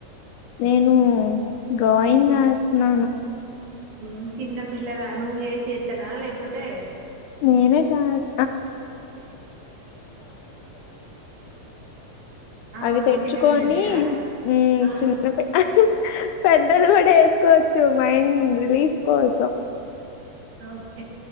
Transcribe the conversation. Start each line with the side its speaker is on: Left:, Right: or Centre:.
Left: నేను డ్రాయింగ్ ఏస్తున్నాను
Right: హ్మ్ చిన్న పిల్లల నువ్వు చేసి వేత్తనా లేకపోతే
Left: నేనె ఛాయిస్
Right: ఆ
Left: అవి తెచ్చుకొని
Right: చిన్న పిల్లలయా
Left: మ్మ్
Right: ఆ
Left: చిన్ పె పెద్దది కూడా వేసుకోవచ్చు మైండ్ రిలీఫ్ కోసం
Right: ఓకే